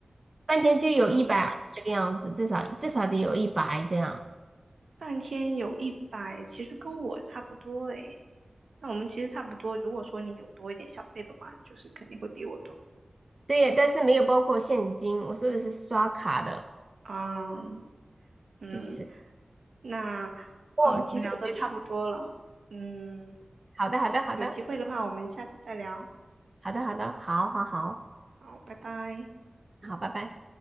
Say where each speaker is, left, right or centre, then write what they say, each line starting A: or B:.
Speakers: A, on the right (about 35°); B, on the right (about 80°).
A: 半天就有一百这个样子，
B: 嗯，
A: 至少至少得有一百这样。
B: 半天有一百，其实跟我差不多诶。那我们其实差不多，如果说你有多一点小费的话，就是肯定会比我多
A: 对，但是没有包括现金，我说的是刷卡的。
B: 啊。嗯，
A: 其实，
B: 那啊，
A: 哦，
B: 我们聊的差不多了，
A: 其实我觉得差不多
B: 嗯，
A: 好的，好的，好的，
B: 有机会的话，我们下次再聊。
A: 好的，好的，好好好，
B: 好，拜拜。
A: 好，拜拜。